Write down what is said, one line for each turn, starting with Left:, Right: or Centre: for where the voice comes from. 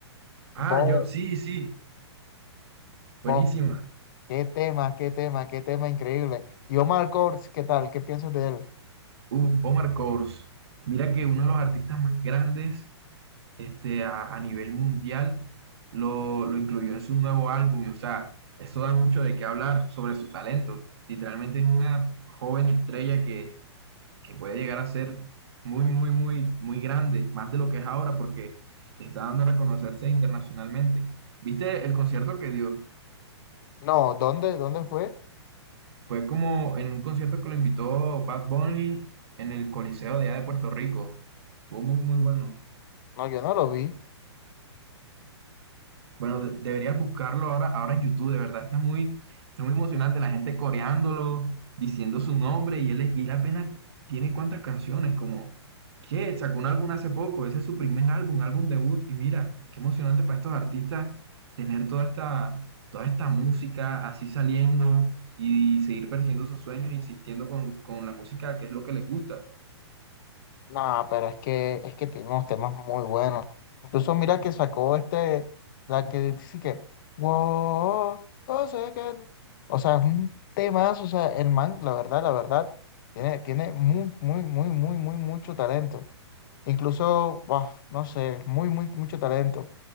Right: Ah,
Left: bof,
Right: yo, sí, sí, buenísimo.
Left: bof, qué tema, qué tema, qué tema increíble. Y Omar Courtz, ¿qué tal? ¿Qué piensas de él?
Right: Uf, Omar Course. Mira que uno de los artistas más grandes este, a, a nivel mundial lo, lo incluyó en su nuevo álbum. y, O sea, eso da mucho de qué hablar sobre su talento. Literalmente es una joven estrella que, que puede llegar a ser muy, muy, muy, muy grande, más de lo que es ahora, porque está dando a reconocerse internacionalmente. ¿Viste el concierto que dio?
Left: No, ¿dónde? ¿Dónde fue?
Right: Fue como en un concierto que lo invitó Bad Bunny en el Coliseo de allá de Puerto Rico. Estuvo muy, muy bueno.
Left: No, yo no lo vi.
Right: Bueno, de- deberías buscarlo ahora, ahora en YouTube, de verdad está muy, está muy emocionante, la gente coreándolo, diciendo su nombre y él, y él apenas tiene cuántas canciones, como, ¿qué? Sacó un álbum hace poco, ese es su primer álbum, álbum debut, y mira, qué emocionante para estos artistas tener toda esta, toda esta música así saliendo y seguir persiguiendo sus sueños, e insistiendo con, con la música que es lo que les gusta.
Left: No, pero es que es que tiene unos temas muy buenos. Incluso mira que sacó este, la que dice que, wow, no sé qué. O sea, es un temazo, o sea, el man, la verdad, la verdad, tiene, tiene muy, muy, muy, muy, muy, mucho talento. Incluso, buf, no sé, muy, muy, mucho talento.